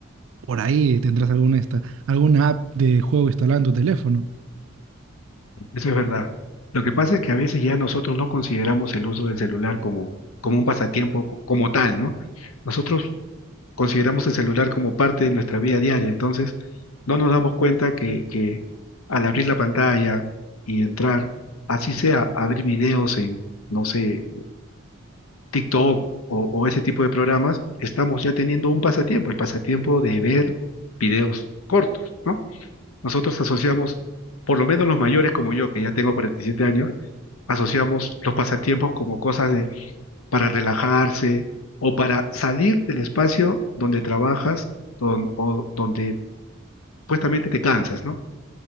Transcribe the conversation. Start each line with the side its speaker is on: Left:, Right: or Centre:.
Right: por ahí tendrás alguna, esta, alguna app de juego instalada en tu teléfono.
Left: Eso es verdad. Lo que pasa es que a veces ya nosotros no consideramos el uso del celular como, como un pasatiempo co- como tal, ¿no? Nosotros consideramos el celular como parte de nuestra vida diaria, entonces no nos damos cuenta que, que al abrir la pantalla y entrar, así sea, abrir videos en, no sé, TikTok o, o ese tipo de programas, estamos ya teniendo un pasatiempo, el pasatiempo de ver videos cortos, ¿no? Nosotros asociamos, por lo menos los mayores como yo, que ya tengo 47 años, asociamos los pasatiempos como cosas de para relajarse o para salir del espacio donde trabajas don- o donde supuestamente te cansas, ¿no?